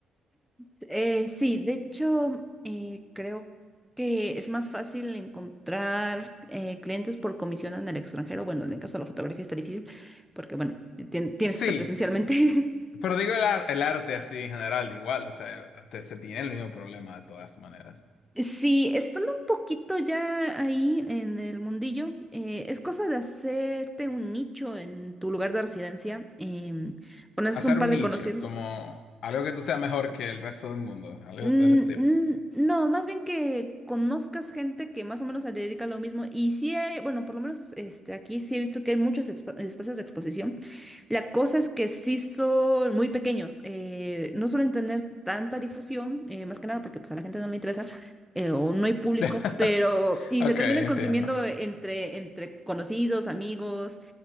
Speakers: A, in the centre; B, on the left.
A: Eh, sí, de hecho, eh, creo que es más fácil encontrar eh, clientes por comisión en el extranjero. Bueno, en el caso de la fotografía está difícil porque, bueno, tien- tienes
B: Sí,
A: que estar presencialmente. <laughs>
B: Pero digo el, ar- el arte así en general, de igual, o sea, te- se tiene el mismo problema de todas maneras.
A: Sí, estando un poquito ya ahí en el mundillo, eh, es cosa de hacerte un nicho en tu lugar de residencia. em, conoces
B: Hacer
A: un par
B: un
A: de
B: nicho,
A: conocidos
B: como algo que tú seas mejor que el resto del mundo, algo
A: Mm,
B: del estilo.
A: mm, No, más bien que conozcas gente que más o menos se dedica a lo mismo. Y sí hay, bueno, por lo menos este, aquí sí he visto que hay muchos expo- espacios de exposición. La cosa es que sí son muy pequeños. eh, no suelen tener tanta difusión, eh, más que nada porque pues, a la gente no le interesa eh, o no hay público,
B: <laughs>
A: pero... Y
B: Ok,
A: se terminan
B: entiendo.
A: consumiendo entre, entre conocidos, amigos.